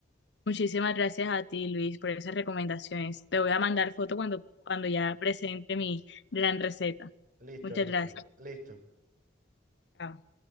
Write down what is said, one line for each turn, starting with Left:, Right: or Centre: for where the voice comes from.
Left: Muchísimas gracias a ti, Luis, por esas recomendaciones. Te voy a mandar foto cuando, cuando ya presente mi gran receta.
Right: Listo,
Left: Muchas
Right: listo,
Left: gracias.
Right: listo.
Left: Chao.